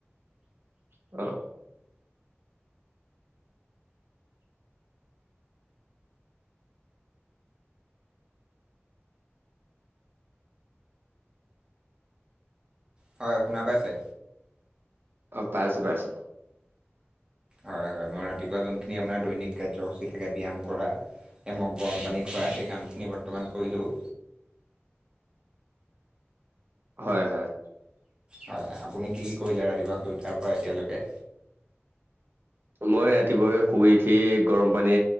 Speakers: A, on the right; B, on the right.
A: অ।
B: হয় শুনা পাইছে।
A: পাইছোঁ পাইছোঁ
B: হয় হয় মই ৰাতিপুৱা যোনখিনি আপোনাৰ দৈনিক কাৰ্যসূচী থাকে ব্যয়াম কৰা। এমগ গৰম পানী খোৱা সেই কামখিনি বৰ্তমান কৰিলোও
A: হয় হয়
B: হয় আপুনি কি কি কৰিলে ৰাতিপুৱা শুই উঠাৰ পৰা এতিয়ালৈকে?
A: মই ৰাতিপুৱাই শুই উঠি গৰম পানী